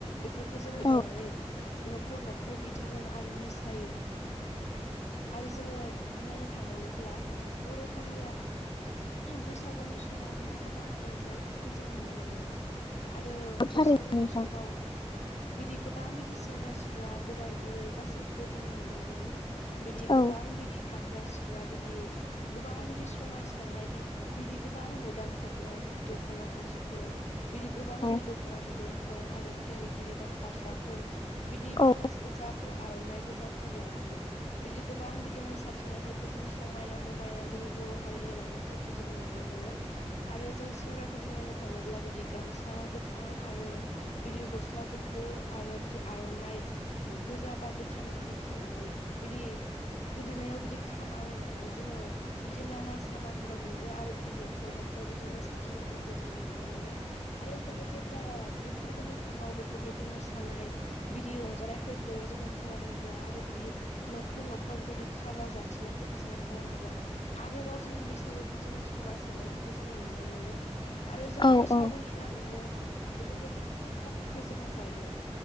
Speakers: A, on the left; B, on the left.
A: बेफोरखौ जोङो
B: औ
A: जानानै न'खर न'खर गिदिङो आरो मोसायो आरो जोङो नायनो थांबावोब्ला बर' हारिया बैसागुनि समाव बिदि गोबां अनज्लायनायफोरखौ जोङो नुनो मोनो आरो
B: थारैनो
A: बैसागुनि
B: नोंथां
A: समाव बिदि गोबां बिदि सेंग्रा सिख्ला बोराय बुरै गासैखौबो जोङो नुनो मोनो बिदि
B: औ
A: गोबां बिदि फाख्रा सिख्रा बिदि गोबां बिदि समायसारनाय बिदि गोबां मोदानफबनाय बिदि दख'ना थावसिफोर बिदि गोबां
B: औ
A: बिदि दख'ना बिदनफोर आरो बिदि रिग रिगां फास्राफोर बिदि
B: औ
A: ब्लाउस गोजाफोर आर'नाइ गोजाफोर लानानै बिदि गोबां बिदि मोसाथिंनाय बेखौ जोङो समायना रमायना जोंनि बर' हारिनि लाइमोनफोरखौ जोङो नुनो मोनो आरो जों सेंग्राफोरथिं नायनो थाङोब्ला बिदि गामसा गोथां आरो बिदि गस्ला गुफुर आरो बिदि आर'नाइ गोजा बा गोथां बिदि खानानै बिदि गोदोनायाव बिदि खाम आलायनानै जोङो बिदि लामा सामाफोराव नुयो आरो बिदि न'खर न'खर बिदि मोसाथिनायफोरखौ जोङो नुनो मोनो आरो जोङो जेब्ला बे फोरबोनि समाव बेफोरबायदि मोसानाय बिदि रंजानायफोरफोरखौ जोङो खालामोब्ला आरो बिदि न'खर न'खर बिदि खाजा जा थिंनायफोरखौ जोङो खालामोबा आरोबाव जोंनि बैसागुखौ जोङो समायसारनायखौ जोङो नुनो मोनो आरो जोङो
B: औ
A: बैसागुनि नामैनो बेफोरबायदि फुंखाफोरफोरखौ जोङो जायो